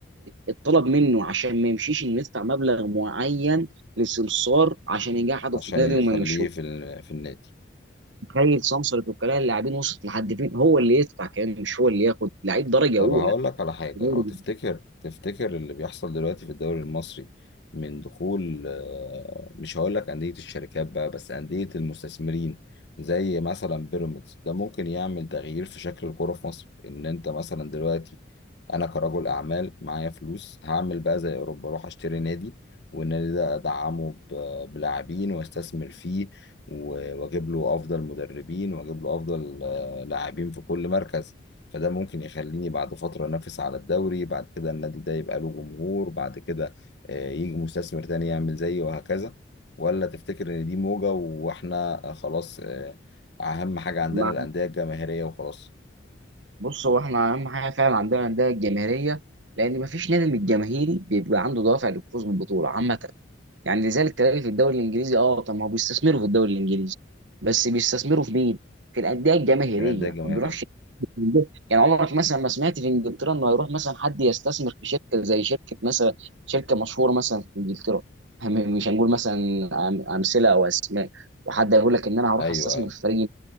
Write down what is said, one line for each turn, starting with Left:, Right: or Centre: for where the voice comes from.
Right: اتطلب منه عشان ما يمشيش انه يدفع مبلغ معين لسمسار عشان يجحده
Left: عشان
Right: في النادي
Left: يخليه
Right: وما يمشوه
Left: في ال... في النادي
Right: تخيل سمسار وكلاء اللاعبين وصلت لحد فين هو اللي يدفع كمان مش هو اللي ياخد لعيب درجه
Left: طب
Right: اولى
Left: هقول لك على حاجة
Right: في دوري
Left: هو تفتكر تفتكر اللي بيحصل دلوقتي في الدوري المصري من دخول آه، مش هقول لك أندية الشركات بقى بس أندية المستثمرين زي مثلا بيراميدز ده ممكن يعمل تغيير في شكل الكورة في مصر إن أنت مثلا دلوقتي أنا كرجل أعمال معايا فلوس هعمل بقى زي أوروبا أروح أشتري نادي والنادي ده أدعمه ب- بلاعبين وأستثمر فيه و- وأجيب له أفضل مدربين وأجيب له أفضل آه، لاعبين في كل مركز فده ممكن يخليني بعد فترة أنافس على الدوري بعد كده النادي ده يبقى له جمهور بعد كده آه، يجي مستثمر تاني يعمل زيي وهكذا ولا تفتكر إن دي موجة وإحنا آه، خلاص آه، أهم حاجة عندنا
Right: مع-
Left: الأندية الجماهيرية وخلاص
Right: بص هو احنا اهم حاجه فعلا عندنا الانديه الجماهيريه لان مفيش نادي من الجماهيري بيبقى عنده دوافع للفوز بالبطوله عامه يعني لذلك تلاقي في الدوري الانجليزي اه طب ما هو بيستثمروا في الدوري الانجليزي بس بيستثمروا في مين؟ في الانديه الجماهيريه
Left: الأندية الجماهيرية
Right: ما بيروحش يعني عمرك مثلا ما سمعت في انجلترا انه هيروح مثلا حد يستثمر في شركه زي شركه مثلا شركه مشهوره مثلا في انجلترا هم- مش هنقول مثلا أم- امثله او اسماء وحد يقول لك ان انا هروح
Left: أيوه
Right: استثمر
Left: أيوه
Right: في فريق